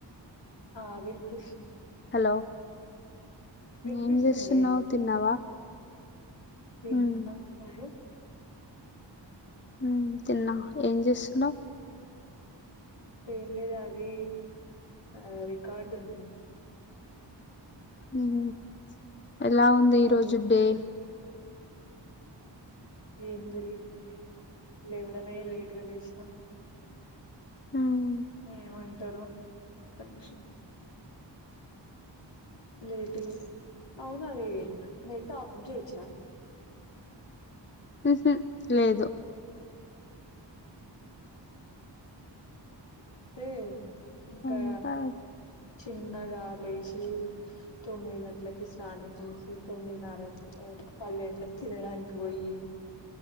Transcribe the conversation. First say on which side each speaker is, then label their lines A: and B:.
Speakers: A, on the left; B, on the left.
A: ఆహ్ వినిపిస్తుంది.
B: హలో.
A: వినిపిస్తుంది
B: ఏం చేస్తున్నావు తిన్నావా.
A: తిన్న
B: ఉమ్,
A: నువ్వు.
B: ఉమ్ తిన్నా. ఏం చేస్తున్నావు.
A: ఏం లేదు అది ఆది రికార్డు ఉంది.
B: ఉమ్ ఎలా ఉంది ఈ
A: అది
B: రోజు
A: వచ్చింది
B: డే.
A: ఏం జరిగింది లేవడమే లేటుగా లేసినా.
B: ఉమ్,
A: ఏమంటారు ఒక నిమిషం. లేట్ గానే అవును అది నెట్ ఆఫ్ చేయొచ్చా.
B: ఉహూ లేదు.
A: అయితే ఇంకా
B: అంతా
A: చిన్నగా. లేచి తొమ్మిది గంటలకి స్నానం చేసి తొమ్మిదిన్నకి ఆహ్ పది గంటలకి. తినడానికి పోయి.